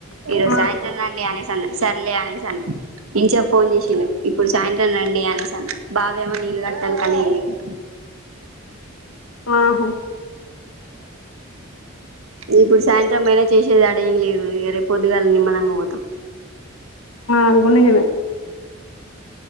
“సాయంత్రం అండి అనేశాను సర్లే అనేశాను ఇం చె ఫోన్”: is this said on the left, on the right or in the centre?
Right